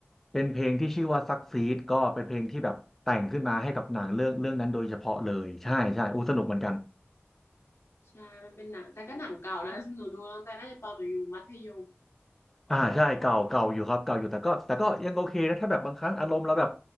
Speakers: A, in the centre; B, on the left.
A: เป็นเพลงที่ชื่อว่าซักซีดก็เป็นเพลงที่แบบแต่งขึ้นมาให้กับหนังเรื่องเรื่องนั้นโดยเฉพาะเลยใช่ใช่อู้สนุกเหมือนกัน
B: ใช่มันเป็นหนังแต่ก็หนังเก่าแล้ว <laughs> หนูดูตั้งแต่น่าจะตอนหนูอยู่มัธยม
A: อ่าใช่เก่าเก่าอยู่ครับเก่าอยู่แต่ก็แต่ก็ยังโอเคนะถ้าแบบบางครั้งอารมณ์เราแบบ